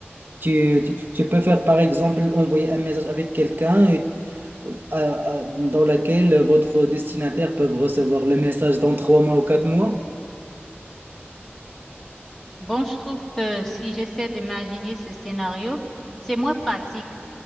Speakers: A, on the right (about 50°); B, in the centre.
A: Tu, tu, tu peux faire, par exemple, envoyer un message avec quelqu'un et- à- à- dans laquelle votre destinataire peut recevoir le message dans trois mois ou quatre mois?
B: Bon, je trouve que si j'essaie d'imaginer ce scénario, c'est moins pratique.